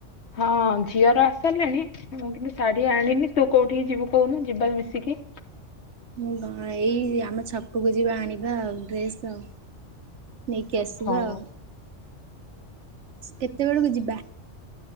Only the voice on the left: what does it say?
ହଁ ଝିଅର ଆସିରିଲାଣି ମୁଁ କିନ୍ତୁ ଶାଢ଼ୀ ଆଣିନି ତୁ କୋଉଠିକି ଯିବୁ କହୁନୁ ଯିବା ମିଶିକି?
ହଉ।